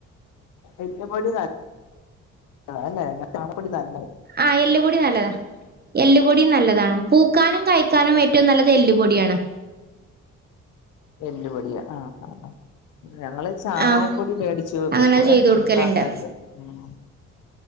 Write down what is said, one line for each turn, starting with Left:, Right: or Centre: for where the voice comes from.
Left: എല്ലുപൊടി ന തല്ലേ ഞാൻ ചാണപ്പൊടി ത
Right: ആ എല്ല്പ്പൊടി നല്ലതാ. എല്ല് പൊടിയും നല്ലതാണ്. പൂക്കാനും കായ് ക്കാനും ഏറ്റവും നല്ലത് എല്ല് പൊടിയാണ്.
Left: എല്ല് പൊടിയോ ആ ആ ആ ഞങ്ങള് ചാണകപ്പൊടി
Right: ആ
Left: മേടിച്ചു
Right: അങ്ങനെ
Left: വെക്കുവേ.
Right: ചെയ്തു കൊടുക്കലുണ്ട്
Left: അന്നട്ട് അങ്ങനിടും ഉം